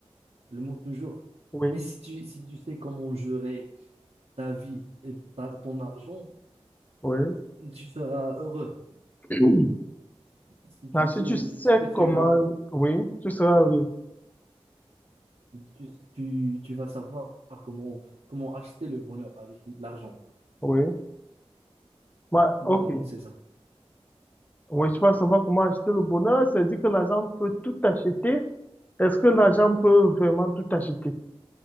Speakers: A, on the right (about 70°); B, on the left (about 15°).
A: Le mot toujours.
B: Oui,
A: Mais si tu, si tu sais comment gérer ta vie et ta- ton argent,
B: oui.
A: euh, tu seras heureux.
B: <clears throat>
A: Si tu
B: Ah,
A: sais
B: si tu sais
A: ce que tu
B: comment,
A: veux,
B: oui, tu seras oui,
A: tu, tu, tu vas savoir comment, comment acheter le bonheur avec l'argent.
B: oui. Bah,
A: Ouais,
B: ok.
A: donc c'est ça.
B: Oui, tu vas savoir comment acheter le bonheur. C'est dire que l'argent peut tout acheter. Est-ce que l'argent peut vraiment tout acheter?